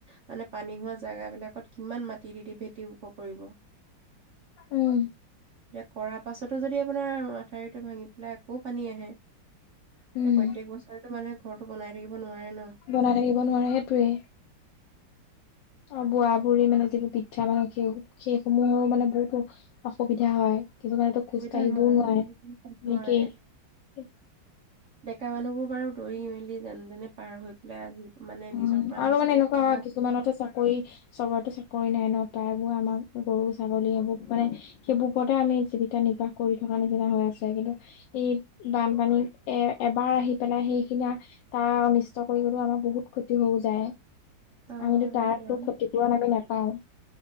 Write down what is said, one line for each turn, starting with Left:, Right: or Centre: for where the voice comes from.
Right: মানে পানী হোৱা জেগাবিলাকত কিমান মাটি দি- দি ভেটি ওখ কৰিব,
Left: উম
Right: এতিয়া কৰাৰ পাছতো যদি আপোনাৰ ঠাউৰিটো ভাঙি পেলাই আকৌ পানী আহে।
Left: উম
Right: প্ৰত্যেক বছৰে টো মানুহে ঘৰটো বনাই থাকিব নোৱাৰে ন?
Left: বনাই থাকিব নোৱাৰে সেইটোৱে অ' বুআ-বুঢ়ী মানে যিবোৰ বৃদ্ধা মানুহ সেই- সেইসমূহৰো মানে বহুতো অসুবিধা হয়। কিছুমানেতো খোজ
Right: অসুবিধা
Left: কাঢ়িবও
Right: হয়
Left: নোৱাৰে।
Right: আৰু।
Left: এনেকেই
Right: নোৱাৰে এটা মানুহবোৰ বাৰু দৌৰি মেলি যেন তেনে পাৰ হৈ পেলাই আহি মানে
Left: উম,
Right: নিজৰ প্ৰাণ
Left: আৰু
Right: বচাব
Left: মানে
Right: এই
Left: এনেকুৱা
Right: বুঢ়া
Left: হয়, কিছুমানতো চাকৰি চবৰটো চাকৰি নাই ন? প্ৰায়বোৰ আমাৰ গৰু ছাগলী সেইবোৰ মানে সেইবোৰ ওপৰতে আমি জীৱিকা নিৰ্বাহ কৰি থকা নিচিনা হৈ আছে কিন্তু এই বানপানী এ এবাৰ আহি পেলাই সেইখিনি তাৰ অনিচ ত কৰি গলো আমাৰ বহুত ক্ষতি হৈও যায়।
Right: অ'
Left: আমিতো তাৰ
Right: হয় বাৰু
Left: একো ক্ষতিপূৰণ আমি নাপাওঁ।